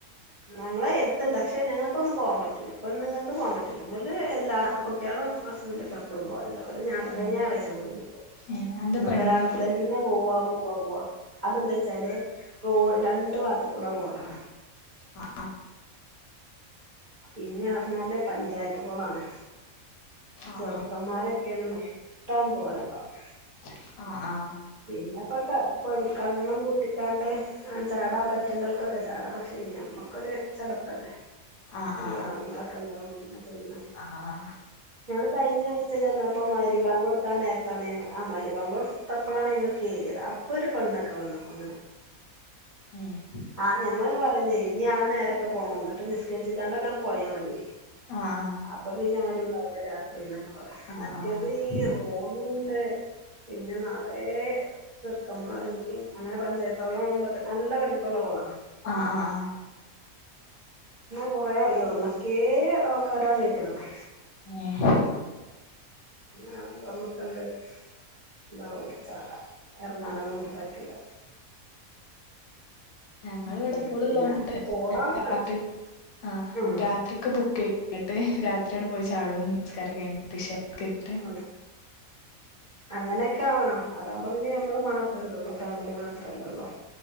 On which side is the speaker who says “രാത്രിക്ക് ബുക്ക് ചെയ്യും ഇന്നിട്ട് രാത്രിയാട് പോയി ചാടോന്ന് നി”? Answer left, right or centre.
Left